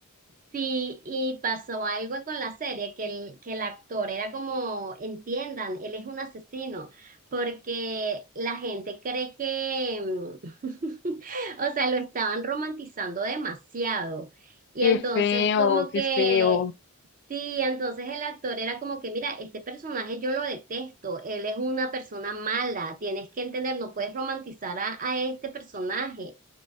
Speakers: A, on the right; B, on the left.
A: Sí, y pasó algo con la serie, que el, que el actor era como, entiendan, él es un asesino, porque la gente cree que, mm, <laughs> o sea, lo estaban romantizando demasiado. Y
B: Qué
A: entonces
B: feo,
A: como
B: qué
A: que,
B: feo.
A: sí, entonces el actor era como que, mira, este personaje yo lo detesto, él es una persona mala, tienes que entender, no puedes romantizar a, a este personaje.